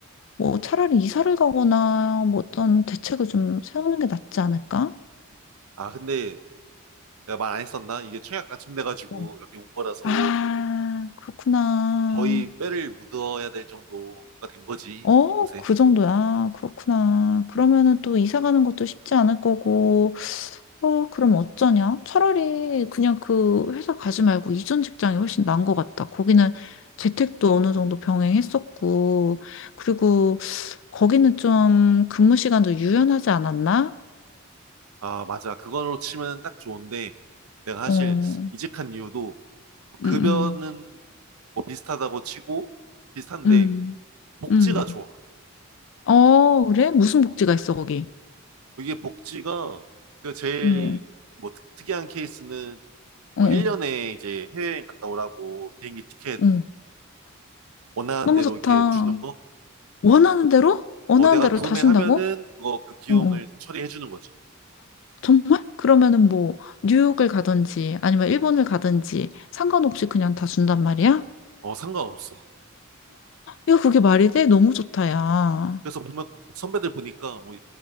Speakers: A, on the left; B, on the right.
A: 뭐 차라리 이사를 가거나 뭐 어떤 대책을 좀 세우는 게 낫지 않을까?
B: 아, 근데 내가 말 안 했었나? 이게 청약 당첨돼가지고
A: 어,
B: 여기 온 거라서
A: 아, 그렇구나.
B: 거의 뼈를 묻어야 될 정도가 된 거지,
A: 어,
B: 이곳에.
A: 그 정도야. 그렇구나. 그러면은 또 이사 가는 것도 쉽지 않을 거고, 어, 그럼 어쩌냐? 차라리 그냥 그 회사 가지 말고 이전 직장이 훨씬 나은 것 같다. 거기는 재택도 어느 정도 병행했었고, 그리고 거기는 좀 근무 시간도 유연하지 않았나?
B: 아, 맞아. 그걸로 치면 딱 좋은데 내가 사실
A: 어,
B: 이직한 이유도 뭐 급여는
A: 음, 음,
B: 뭐 비슷하다고 치고 비슷한데
A: 음,
B: 복지가
A: 음.
B: 좋아.
A: 어, 그래? 무슨 복지가
B: 어.
A: 있어, 거기?
B: 이게 복지가 그 제일
A: 어,
B: 뭐 특- 특이한 케이스는
A: 어,
B: 뭐
A: 어.
B: 1년에 이제 해외여행 갔다 오라고 비행기 티켓
A: 어.
B: 원하는
A: 너무
B: 대로
A: 좋다.
B: 이렇게 주는 거?
A: 원하는 대로? 원하는
B: 어, 내가
A: 대로
B: 구매하면은
A: 다 준다고?
B: 그거 그 비용을
A: 어, 어.
B: 다 처리해 주는 거지.
A: 정말? 그러면은 뭐, 뉴욕을 가든지, 아니면 일본을 가든지, 상관없이 그냥 다 준단 말이야?
B: 어, 상관없어.
A: 야, 그게 말이 돼? 너무 좋다, 야.
B: 그래서 보면 선배들 보니까 뭐